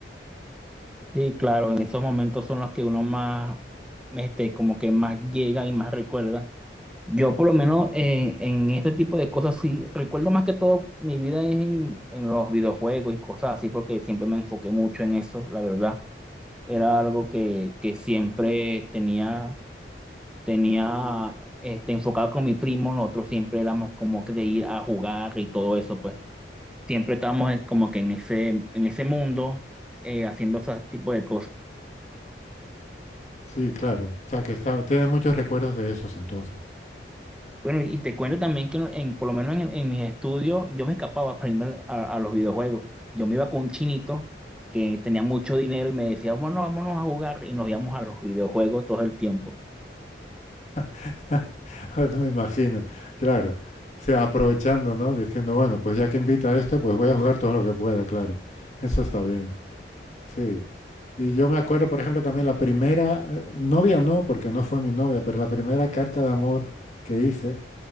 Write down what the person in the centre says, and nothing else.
Sí, claro, en esos momentos son los que uno más, este, como que más llega y más recuerda. Yo por lo menos eh, en este tipo de cosas sí, recuerdo más que todo mi vida es en, en los videojuegos y cosas así, porque siempre me enfoqué mucho en eso, la verdad. Era algo que, que siempre tenía, tenía este, enfocado con mi primo, nosotros siempre éramos como que de ir a jugar y todo eso, pues siempre estábamos en- como que en ese, en ese mundo eh, haciendo ese tipo de cosas.
Bueno, y te cuento también que en, por lo menos en, en mis estudios yo me escapaba para irme a, a los videojuegos. Yo me iba con un chinito que tenía mucho dinero y me decía, bueno, vámonos a jugar y nos íbamos a los videojuegos todo el tiempo.